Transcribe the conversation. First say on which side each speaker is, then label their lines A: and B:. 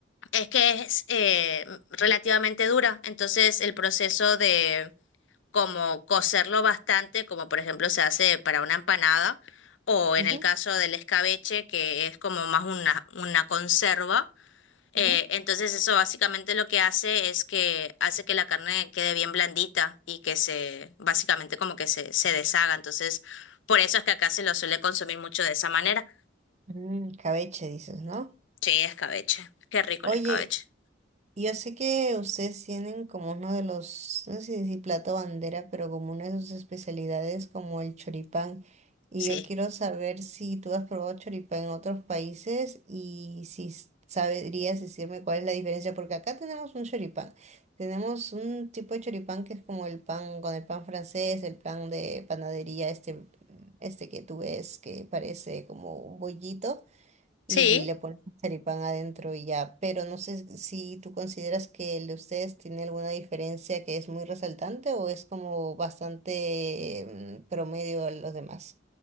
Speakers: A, on the left; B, on the right.
A: es que es eh, relativamente dura. Entonces el proceso de como cocerlo bastante, como por ejemplo se hace para una empanada, o en
B: Ujú,
A: el caso del escabeche, que es como más una, una conserva. Eh,
B: ujú.
A: entonces eso básicamente lo que hace es que hace que la carne quede bien blandita y que se, básicamente como que se, se deshaga. Entonces, por eso es que acá se lo suele consumir mucho de esa manera.
B: Mm, Cabeche, dices, ¿no?
A: Sí, escabeche. Qué rico
B: Oye,
A: el escabeche.
B: Yo sé que ustedes tienen como uno de los, no sé si plato bandera, pero como una de sus especialidades como el choripán. Y
A: Sí.
B: yo quiero saber si tú has probado choripán en otros países y si s- sabrías decirme cuál es la diferencia, porque acá tenemos un choripán. Tenemos un tipo de choripán que es como el pan, con el pan francés, el pan de panadería, este, este que tú ves que parece como un bollito y
A: Sí.
B: le pones un charipán adentro y ya. Pero no sé si tú consideras que el de ustedes tiene alguna diferencia que es muy resaltante o es como bastante mm, promedio a los demás.